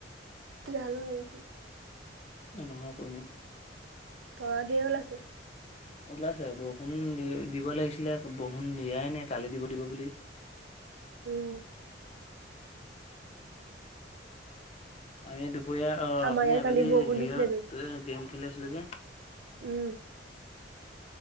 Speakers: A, on the right; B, on the left.
A: জানুৱাৰী
B: নহয় পূৰ্ণিমা।
A: তৰা ধেই ওলাইছে
B: ওলাইছে বৰষুণ দি দিব লাগিছিলে বৰষুণ দিয়াই নাই কালি দিব দিব বুলি
A: উম।
B: আমি দুপৰীয়া
A: আমাৰ
B: অঠনী
A: ইয়াত
B: আবেলি
A: কালি বৰষুণ
B: হেৰিয়ত
A: দিছিলেতো
B: গেম খেলি আছিলো যে
A: উম।